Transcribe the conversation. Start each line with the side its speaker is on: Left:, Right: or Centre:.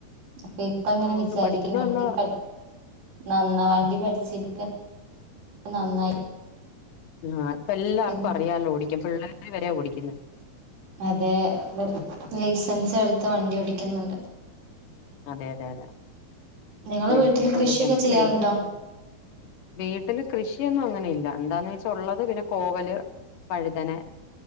Right: അപ്പൊ ഇപ്പങ്ങനെ
Left: ആ
Right: വിചാരിക്കുംവണ്ടി
Left: ഒന്ന് പഠിക്കുന്നത് നല്ലതാ
Right: നന്നാ വണ്ടി പഠിച്ചിരിക്ക നന്നായി
Left: ആഹ് ഇപ്പെല്ലാർക്കും
Right: പിന്നെ
Left: അറിയാലോ ഓടിക്കാൻ. പിള്ളേര് വരെ ഓടിക്കുന്ന്
Right: അതെ ലൈസൻസ് എടുത്ത് വണ്ടി ഓടിക്കുന്നുണ്ട്
Left: അതെ അതെ അതെ
Right: നിങ്ങള്
Left: ലൈസൻസു
Right: വീട്ടില് കൃഷിയൊക്കെ
Left: എടുത് എനിക്ക്
Right: ചെയ്യാറുണ്ടോ
Left: ലൈസൻസ് വീട്ടില് കൃഷിയൊന്നും അങ്ങനെ ഇല്ല എന്താന്ന് വെച്ചാ ഉള്ളത് പിന്നെ കോവല് വഴുതന